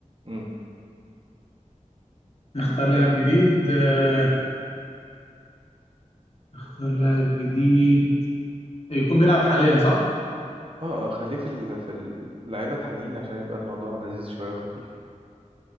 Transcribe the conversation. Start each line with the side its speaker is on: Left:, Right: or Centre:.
Right: امم
Left: نختار لاعب جديد آه، اختار لاعب جديد يكون بيلعب حاليا صح؟
Right: اه اه خليه في ال- في اللعيبة الحاليين عشان يبقى الموضوع لذيذ شوية وخفيف